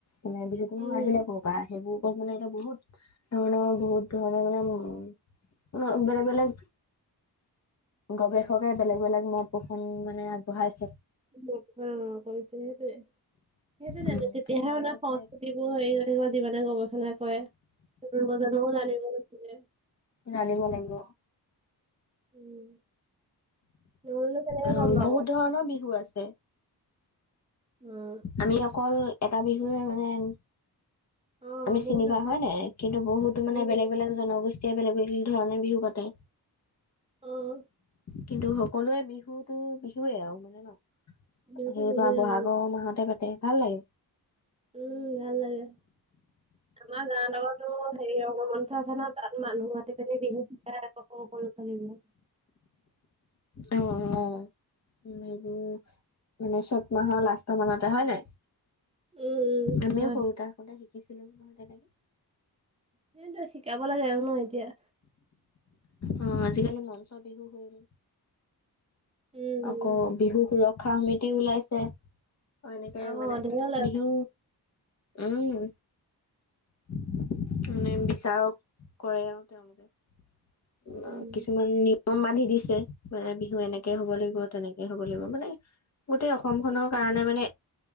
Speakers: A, on the left (about 40°); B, on the right (about 15°).
A: মানে বিহুতোনোঁ
B: উম
A: আহিলে কৰ' পৰা? সেইবোৰ- চ'ব মানে এতিয়া বহুত ধৰণৰ বহুত ধৰণৰ মানে উম, বেলেগ-বেলেগ গৱেষকে বেলেগ-বেলেগ পোষণ মানে আগবঢ়াইছে।
B: অ', কৈছে সেইটোৱে। সেইটোৱেইটো,
A: উম
B: তেতিয়াহে
A: কিছুমানে
B: মানে
A: কৈছে
B: সংস্কৃতিবোৰ হেৰি থাকিব, যিমানে গৱেষণা কৰে। গান বজ'নাও জানিব নোখোজে।
A: জানিব লাগিব।
B: উম', নহ'লেনো কেনেকে
A: আৰু
B: গম পাব।
A: বহুত ধৰণৰ বিহু আছে।
B: উমঁ।
A: আমি অকল এটা বিহুহে মানে-
B: অ
A: আমি
B: বহুত
A: চিনি পাওঁ
B: আছে
A: হয় নাই, কিন্তু বহুতো মানে
B: উম
A: বেলেগ বেলেগ- জনগোষ্ঠীয়ে বেলেগ বেলেগ ধৰণে বিহু পাতে।
B: উম।
A: কিন্তু সকলোৱে বিহুতো বিহুৱে আৰু মানে ন'।
B: বিহুতো
A: সেইবাৰ
B: বিহুৱে অ
A: বহাগৰ মাহতে পাতে, ভাল লাগে।
B: উম, ভাল লাগে। আমাৰ গাৱত আক' তোৰ, হেৰি আগমঞ্চ আছে নহয়- তাত মানুহ মাতি পিনি, বিহু হিকাই <unintelligible>
A: অহ-অহ' এইবোৰ, মানে চত মাহৰ লাষ্ট মানতে হয় নাই?
B: উম
A: আমিও
B: উম হয়
A: সৰু থাকোঁতে শিকিছিলো। <unintelligible> তেনেকে
B: সেইটোৱে শিকাব লাগে আৰু ন' এতিয়া।
A: অ', আজিকালি মঞ্চ বিহু হ'ল।
B: উম
A: আকৌ
B: উম
A: বিহু সুৰক্ষা সমিতি ওলাইছে। অ', এনেকাই
B: অ
A: মানে।
B: ধেৰ ওলাইছে
A: বিহু উম', <unintelligible> <unintelligible> কৰে আৰু তেওঁলোকে।
B: উম
A: কিছুমান নি য়ম বান্ধি দিছে, মানে বিহু এনেকে হ'ব লাগিব, তেনেকে হ'ব লাগিব, মানে গোটেই অসম খনৰ কাৰণে মানে